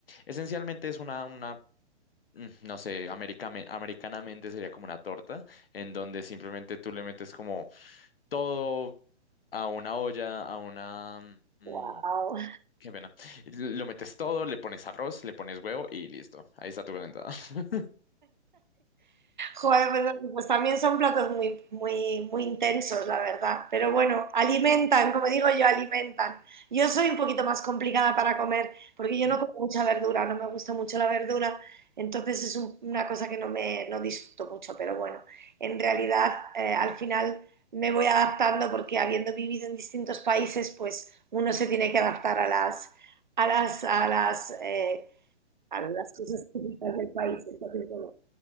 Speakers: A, on the left; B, on the right.
A: esencialmente es una, una, mm, no sé, americame- americanamente sería como una torta, en donde simplemente tú le metes como todo a una olla, a una... mm,
B: Wow.
A: qué pena. Lo metes todo, le pones arroz, le pones huevo y listo. Ahí está tu calentada. <laughs>
B: Joder, pues, pues también son platos muy, muy, muy intensos, la verdad. Pero bueno, alimentan, como digo yo, alimentan. Yo soy un poquito más complicada para comer, porque yo
A: ¿Mm?
B: no como mucha verdura, no me gusta mucho la verdura, entonces es un- una cosa que no me no disfruto mucho, pero bueno, en realidad eh, al final me voy adaptando porque habiendo vivido en distintos países, pues uno se tiene que adaptar a las a las a las eh, a las cosas típicas del país. Entonces, bueno,